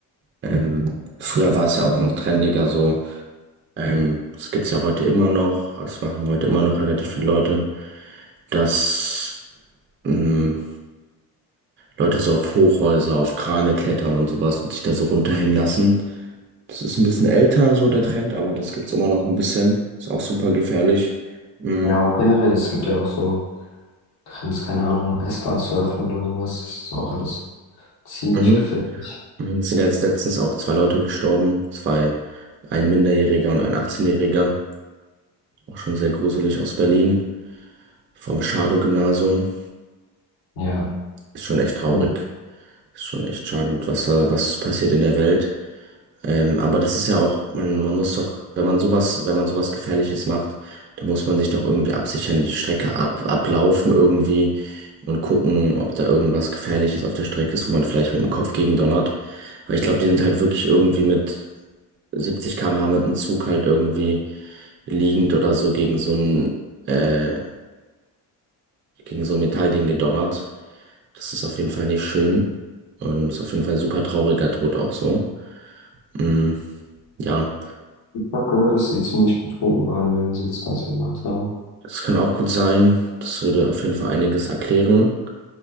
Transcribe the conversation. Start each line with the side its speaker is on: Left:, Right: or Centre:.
Right: Ähm, früher war es ja auch noch trendiger so. Ähm, das gibt's ja heute immer noch. Das machen heute immer noch relativ viele Leute, dass ähm, Leute so auf Hochhäuser, auf Krane klettern und sowas und sich da so runterhängen lassen. Das ist ein bisschen älter, so der Trend, aber das gibt's immer noch ein bisschen. Ist auch super gefährlich. Mhm.
Left: ja, auch generell, es gibt ja auch so Trends, keine Ahnung, S-Bahn surfen oder sowas. Das ist auch alles ziemlich
Right: Mhm.
Left: gefährlich.
Right: Mhm. Es sind ja jetzt letztens auch zwei Leute gestorben. Zwei, ein Minderjähriger und ein 18-Jähriger. Auch schon sehr gruselig aus Berlin. Vom Schadow-Gymnasium.
Left: Ja.
Right: Ist schon echt traurig.
Left: Und
Right: Ist schon echt schade, was da, was passiert in der Welt. Ähm, aber das ist ja auch, man, man muss doch, wenn man sowas, wenn man sowas Gefährliches macht, dann muss man sich doch irgendwie absichern, die Strecke ab, ablaufen irgendwie und gucken, ob da irgendwas Gefährliches auf der Strecke ist, wo man vielleicht mit dem Kopf gegen donnert. Weil ich glaube, die sind halt wirklich irgendwie mit 70 km/h mit dem Zug halt irgendwie liegend oder so gegen so ein, äh, gegen so ein Metallding gedonnert. Das ist auf jeden Fall nicht schön und ist auf jeden Fall ein super trauriger Tod auch so. Mm, ja,
Left: ich habe gehört, dass sie ziemlich betrunken waren, während sie das Ganze gemacht haben.
Right: das kann auch gut sein. Das würde auf jeden Fall einiges erklären.